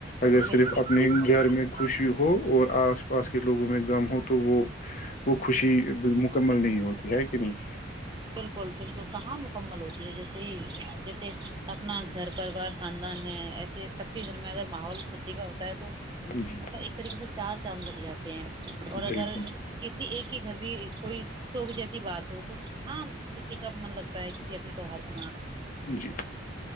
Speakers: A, on the left; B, on the right.
A: اگر
B: بالکل
A: صرف اپنے
B: بالکل
A: گھر میں خوشی ہو اور آس پاس کے لوگوں میں غم ہو تو وہ وہ خوشی مکمل نہیں ہوتی ہے کہ نہیں
B: بالکل بالکل کہاں مکمل ہو جی ج گے سی اج پ اپنا گھر پریوار خاندان ہے ایسے سب کے گھر میں اگر ماحول خوشی کا ہوتا تو
A: جی
B: مطلب ایک طریقے سے چار چامد لگ گیاات ہیں اور اگر
A: بالکل
B: کسی ایک بھی کوئی سوک جیسی بات ہو تو ہاں کتی کپ م لگ کسی اپنے تہوار کو
A: جی